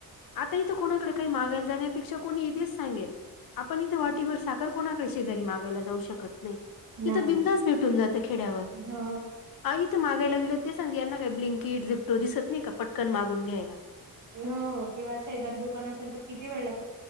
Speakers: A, on the left; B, on the right.
A: आता हीथ कोणाकडे काही मागायला जाण्यापेक्षा कोणी इथेच सांगेल. आपण इथं वाटीभर साखर कोणाकडे शेजारी मागायला जाऊ शकत नाही. तिथं
B: नाही
A: बिंदास भेटून जाते खेड्यावर
B: हो
A: आई ते मागायला गेले ते सग यांना काही ब्लिंकिट झिपटो दिसत नाही का पटकन मागून घ्यायला.
B: हो किंवा शेजारी दुकान असेल तर किती वेळ लागत.